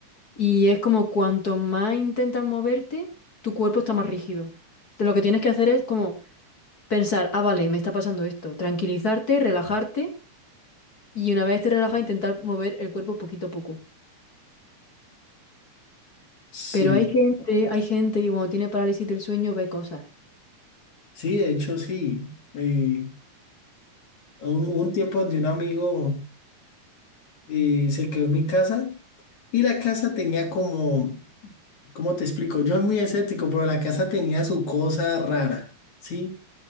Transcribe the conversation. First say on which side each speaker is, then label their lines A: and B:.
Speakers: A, on the left (about 35°); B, on the left (about 60°).
A: Y es como cuanto más intentas moverte, tu cuerpo está más rígido. Entonces, Lo que tienes que hacer es como pensar, ah, vale, me está pasando esto. Tranquilizarte, relajarte Y una vez esté relajada intentar mover el cuerpo poquito a poco.
B: Sí,
A: Pero hay gente, hay gente que cuando tiene parálisis del sueño ve cosas.
B: sí, de hecho sí. Eh, un, un tiempo donde un amigo eh, se quedó en mi casa y la casa tenía como, ¿cómo te explico? Yo soy muy escéptico, pero la casa tenía su cosa rara, ¿sí?